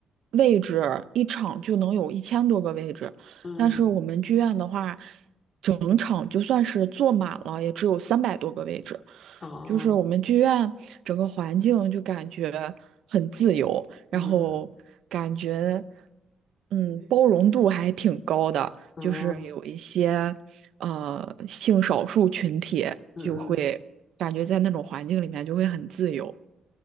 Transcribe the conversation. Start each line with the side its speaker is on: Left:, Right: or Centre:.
Right: 位置一场就能有一千多个位置，
Left: 嗯嗯，
Right: 但是我们剧院的话，整场就算是坐满了，也只有三百多个位置。
Left: 哦，
Right: 就是我们剧院整个环境就感觉很自由，然后感觉。
Left: 嗯
Right: 嗯，包容度还挺高的，
Left: 嗯哦，
Right: 就是有一些呃性少数群体就会感觉在那种环境里面就会很自由。
Left: 嗯嗯。